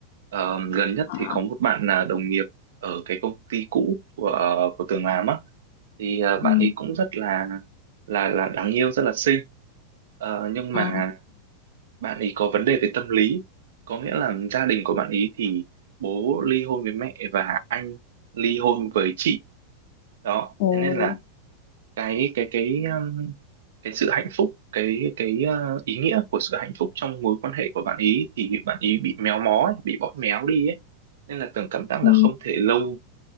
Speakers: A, on the right; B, on the left.
A: Ờ, gần nhất
B: ờ
A: thì có một bạn là đồng nghiệp ở cái công ty cũ của à, của Tường làm á, thì ờ, bạn
B: ừ
A: ấy cũng rất là là là đáng yêu, rất là xinh. Ờ, nhưng
B: ờ
A: mà bạn ấy có vấn đề về tâm lý, có nghĩa là gia đình của bạn ấy thì bố ly hôn với mẹ và anh ly hôn với chị. Đó,
B: ồ
A: thế nên là cái cái cái à, cái sự hạnh phúc cái cái ờ, ý nghĩa của sự hạnh phúc trong mối quan hệ của bạn ý thì bạn ý bị méo mó ấy, bị bóp méo đi ấy nên là Tường cảm giác
B: ừ
A: là không thể lâu